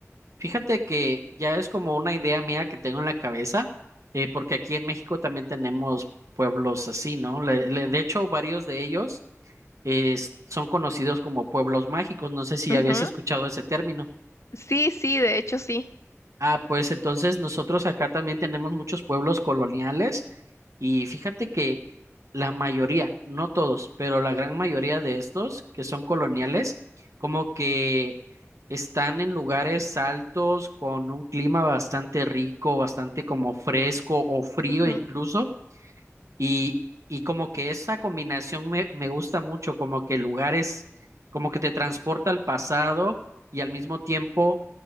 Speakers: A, on the right; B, on the left.
A: Fíjate que ya es como una idea mía que tengo en la cabeza, eh, porque aquí en México también tenemos pueblos así, ¿no? Le- le- de hecho, varios de ellos eh, son conocidos como pueblos mágicos. No sé si
B: Ujú.
A: habías escuchado ese término.
B: Sí, sí, de hecho sí.
A: Ah, pues entonces nosotros acá también tenemos muchos pueblos coloniales y fíjate que la mayoría, no todos, pero la gran mayoría de estos que son coloniales, como que están en lugares altos con un clima bastante rico, bastante como fresco o frío
B: Ujú.
A: incluso, y, y como que esa combinación me, me gusta mucho, como que lugares, como que te transporta al pasado y al mismo tiempo